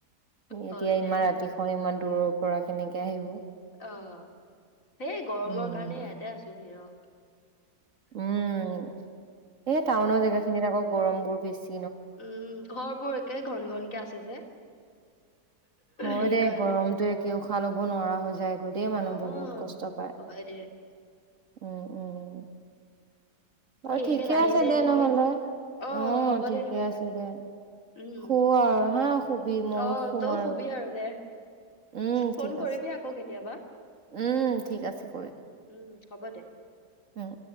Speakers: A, on the right (about 50°); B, on the left (about 50°).
A: এতিয়া
B: হয় দে
A: ইমান ৰাতিখন ই দূৰৰ পৰা কেনেকে আহিব?
B: অ', সেই গৰমৰ
A: উম
B: কাৰণে ইয়াতে আছোহি ৰ
A: উম, এই টাউনৰ জেগা খিনিত আকৌ গৰমবোৰ বেছ
B: উম, ঘৰ বোৰ একে ঘন, ঘন। কে আছে যে।
A: হয়
B: সেইকাৰণে।
A: দে গৰমটো একেও উশাহ ল'ব নোৱাৰা হৈ যায়। গোটে মানুহবোৰ
B: অ'
A: বহুত কষ্ট পায়। অ',
B: হয় দে
A: অ'। বাৰু
B: এখেত
A: ঠিকে
B: আহিছে
A: আছে দে
B: নেকি
A: নহ'লে
B: অ'
A: অহ,
B: হ'ব
A: ঠিকে
B: দে নহ'লে।
A: আছে দে
B: উম
A: শু আৰু হা শুবি ময়ো
B: অ'
A: শুম
B: তইও
A: আৰু।
B: শুবি দে।
A: উম
B: ফোন
A: ঠিক
B: কৰিবি
A: আছে
B: আকৌ কেতিয়াবা
A: উম, ঠিক আছে কৰি
B: উম, হ'ব দে।
A: উম।